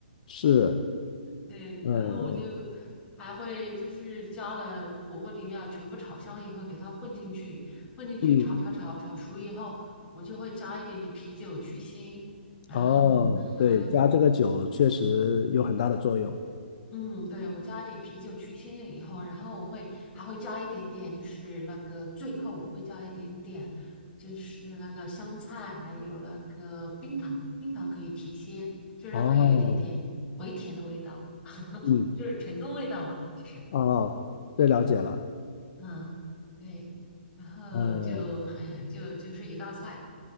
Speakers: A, on the left; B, on the left.
A: 是，
B: 对，
A: 呃，
B: 然后我就还会就是加了火锅底料，全部炒香以后给它混进去，混进去炒炒炒炒熟以后，
A: 嗯，
B: 我就会加一点点啤酒去腥。然后呢，
A: 哦，对，加这个酒确实有很大的作用。
B: 嗯，对，我加一点啤酒去腥了以后，然后我会还会加一点点，就是那个最后我会加一点点，就是那个香菜，还有那个冰糖，冰糖可以提鲜，就让它有一点点回甜的味道，
A: 哦，
B: <laughs>
A: 嗯。
B: 就是成都味道嘛，就是。
A: 哦，这了解了。
B: 嗯，对，然后就很就就是一道菜，
A: 嗯，